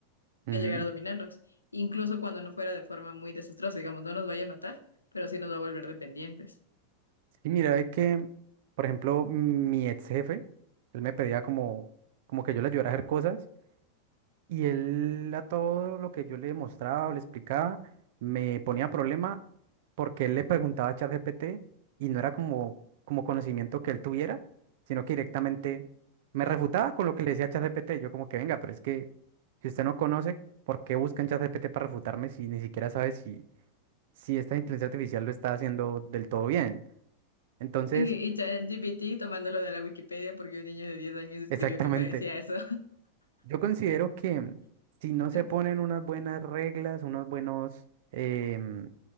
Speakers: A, on the right; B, on the left.
A: ujú.
B: va a llegar a dominarnos, incluso cuando no fuera de forma muy desastrosa, digamos, no nos vaya a matar, pero sí nos va a volver dependientes.
A: Y mira, es que, por ejemplo, mi ex jefe, él me pedía como, como que yo le ayudara a hacer cosas. Y él a todo lo que yo le mostraba o le explicaba me ponía problema porque él le preguntaba a ChatGPT y no era como, como conocimiento que él tuviera, sino que directamente me refutaba con lo que le decía ChatGPT. Yo como que venga, pero es que si usted no conoce, ¿por qué busca en ChatGPT para refutarme si ni siquiera sabe si, si esta inteligencia artificial lo está haciendo del todo bien? Entonces,
B: Y, y ChatGPT tomándolo de la Wikipedia porque un niño de 10 años escribió
A: <laughs> exactamente.
B: que parecía eso.
A: Yo considero que si no
B: <laughs>
A: se ponen unas buenas reglas, unos buenos, em,